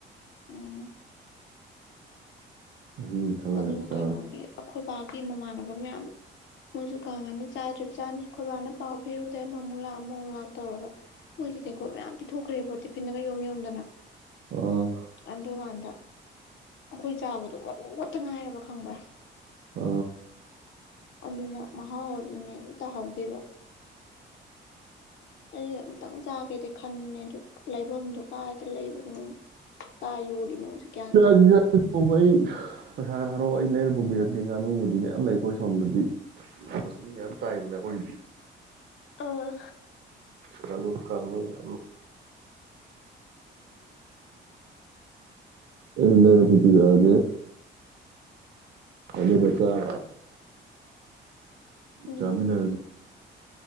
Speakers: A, on the left; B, on the right.
A: ꯎꯝ
B: ꯃꯍꯤ ꯈꯜꯂꯒꯗꯤ
A: ꯑꯗꯨ
B: ꯆꯥꯕ
A: ꯀꯩꯅꯣꯒꯤ
B: ꯌꯥꯏ
A: ꯑꯩꯈꯣꯏꯕꯥꯒꯤ ꯃꯃꯥꯟꯅꯕ ꯃꯌꯥꯝ ꯃꯣꯏꯁꯨ ꯀꯥꯡꯉꯅꯨ ꯆꯥꯗ꯭ꯔꯤꯕꯞ ꯆꯥꯅꯤ ꯈꯣꯏꯕꯥꯅ ꯄꯥꯎ ꯄꯤꯔꯨꯕꯗ ꯃꯃꯨ ꯂꯥꯛ ꯑꯃ ꯃꯃꯨ ꯂꯥꯛ ꯇꯧꯔꯒ ꯑꯩꯒꯤ ꯇꯀꯣꯠ ꯃꯌꯥꯝ ꯄꯤꯊꯣꯛꯈ꯭ꯔꯦꯕ ꯇꯤꯐꯤꯟꯗꯒ ꯌꯣꯝ ꯌꯣꯝꯗꯅ
B: ꯑꯥ
A: ꯑꯗꯨꯀꯥꯟꯗ ꯑꯩꯈꯣꯏ ꯆꯥꯕꯗꯣ ꯃꯔꯨ ꯑꯃꯇ ꯉꯥꯏꯔꯕ ꯈꯪꯕ꯭ꯔꯥ
B: ꯑ
A: ꯑꯗꯨꯅ ꯃꯍꯥꯎꯁ ꯃꯦꯟ ꯇꯥꯍꯧꯗꯦꯕ ꯑꯩ ꯑꯝꯇꯪ ꯆꯥꯒꯦꯗꯤ ꯈꯟꯕꯅꯦ ꯑꯗꯨ ꯂꯩꯐꯝꯗꯨꯣ ꯀꯥꯏꯗ ꯂꯩꯕꯅꯣ ꯀꯥꯏ ꯌꯣꯜꯂꯤꯅꯣꯁꯨ ꯒ꯭ꯌꯥꯟ
B: ꯆ
A: ꯇꯥꯗꯦ
B: ꯆ ꯄꯩꯁꯥꯗ ꯍꯥꯏꯔꯛꯑꯣ ꯑꯩ ꯂꯩꯔ ꯄꯨꯕꯤꯔꯛꯀꯦ ꯉꯥꯅꯨꯕꯨꯗꯤ ꯃꯌꯥꯝ ꯂꯩ ꯑꯩꯈꯣꯏ ꯁꯣꯝꯗꯗꯤ ꯃꯨꯁꯂꯤꯝ ꯃꯌꯥꯝ ꯇꯥꯏꯗꯅ ꯑꯩꯈꯣꯏ
A: ꯑꯥ
B: ꯀꯂ ꯀꯂꯨꯔ ꯑꯩ ꯃ ꯐꯨꯄꯤꯤꯖꯒꯦ ꯑꯗꯨ ꯀꯁꯒ
A: ꯎꯝ
B: ꯆꯃꯤꯟ ꯍꯥꯏꯖꯤ